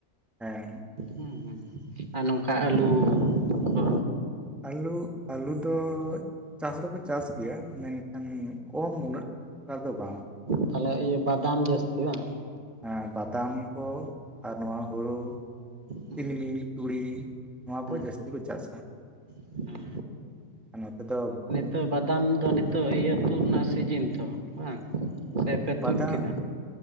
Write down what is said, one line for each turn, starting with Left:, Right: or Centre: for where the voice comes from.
Centre: ᱦᱮᱸ
Right: ᱦᱩᱸ ᱦᱩᱸ ᱟᱨ ᱱᱚᱝᱠᱟ ᱟᱹᱞᱩ ᱠᱚ
Centre: ᱟᱹᱞᱩ ᱟᱹᱞᱩ ᱫᱚ ᱪᱟᱥ ᱫᱚᱠᱚ ᱪᱟᱥ ᱜᱮᱭᱟ ᱢᱮᱱ ᱠᱚᱢ ᱩᱱᱟᱹᱜ ᱴᱟ ᱫᱚ ᱵᱟᱝ᱾
Right: ᱛᱟᱦᱚᱞᱮ ᱤᱭᱟᱹ ᱵᱟᱫᱟᱢ ᱡᱟᱹᱥᱛᱤ ᱵᱟᱝ?
Centre: ᱮ ᱵᱟᱫᱟᱢ ᱠᱚ ᱟᱨ ᱱᱚᱣᱟ ᱦᱩᱲᱩ
Right: ᱦᱩᱸ
Centre: ᱛᱤᱞᱢᱤᱧ, ᱛᱩᱲᱤ, ᱱᱚᱣᱟ
Right: ᱦᱮᱸ
Centre: ᱠᱚ ᱡᱟᱹᱥᱛᱤ ᱠᱚ ᱪᱟᱥᱟ
Right: ᱦᱩᱸ
Centre: ᱟᱨ ᱱᱚᱛᱮ ᱫᱚ
Right: ᱱᱤᱛᱚᱜ ᱵᱟᱫᱟᱢ ᱫᱚ ᱱᱤᱛᱚᱜ ᱤᱭᱟᱹ ᱛᱩᱜ ᱨᱮᱱᱟᱜ ᱥᱤᱡᱤᱱ ᱛᱚ ᱵᱟᱝ? ᱥᱮ ᱯᱮ ᱛᱩᱫ
Centre: ᱵᱟᱫᱟᱜ
Right: ᱠᱮᱫᱟ?